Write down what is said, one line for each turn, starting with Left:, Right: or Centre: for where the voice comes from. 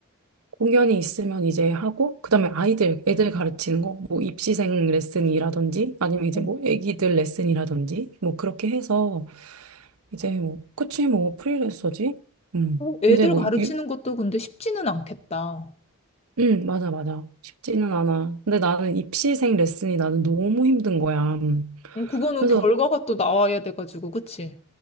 Right: 공연이 있으면 이제 하고, 그다음에 아이들, 애들 가르치는 거, 뭐 입시생 레슨이라든지, 아니면 이제
Left: 어.
Right: 뭐 애기들 레슨이라든지, 뭐 그렇게 해서, 이제 뭐, 그치, 뭐 프리랜서지? 음,
Left: 어, 애들
Right: 이제 뭐,
Left: 가르치는
Right: 유,
Left: 것도 근데 쉽지는 않겠다.
Right: 음, 맞아, 맞아. 쉽지는 않아. 근데 나는 입시생 레슨이 나는 너무 힘든 거야.
Left: 어, 그거는
Right: 그래서,
Left: 결과가 또 나와야 돼가지고, 그치?